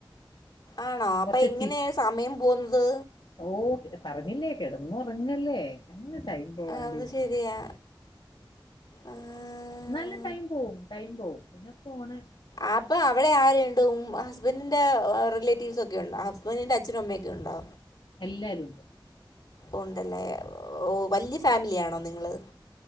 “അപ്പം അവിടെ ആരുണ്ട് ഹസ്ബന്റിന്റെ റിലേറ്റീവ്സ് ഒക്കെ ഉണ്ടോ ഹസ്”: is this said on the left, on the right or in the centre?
Left